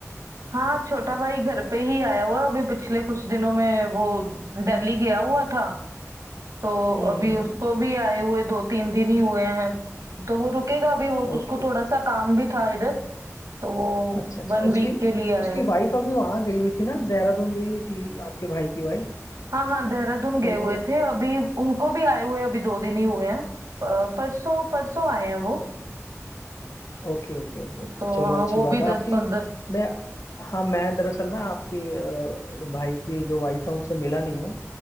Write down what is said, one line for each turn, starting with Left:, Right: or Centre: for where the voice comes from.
Right: हाँ छोटा भाई घर पे ही आया हुआ है अभी पिछले कुछ दिनों में वो दिल्ली गया हुआ था तो
Left: हम्म
Right: अभी
Left: हम्म
Right: उसको भी आए हुए दो तीन दिन ही हुए हैं तो वो रुकेगा अभी वो
Left: ओके
Right: उसको थोड़ा सा काम भी था इधर तो वो
Left: अच्छा अच्छा
Right: वन
Left: उसकी
Right: वीक के लिए आया
Left: उसकी
Right: है
Left: वाइफ अभी वहां गई हुई थी ना देहरादून गई हुई थी आपके भाई की वाइफ
Right: हाँ हाँ देहरादून गए
Left: तो
Right: हुए
Left: वो
Right: थे अभी उनको भी आए हुए अभी दो दिन ही हुए हैं अ, परसों परसों आए हैं वो
Left: ओके ओके ओके ओके
Right: तो
Left: चलो
Right: हाँ
Left: अच्छी
Right: वो
Left: बात
Right: भी
Left: है
Right: दस
Left: आपकी
Right: पंद्रह
Left: मैं हाँ मैं दरअसल ना आपके अ, भाई की जो वाइफ है उनसे मिला नहीं हूँ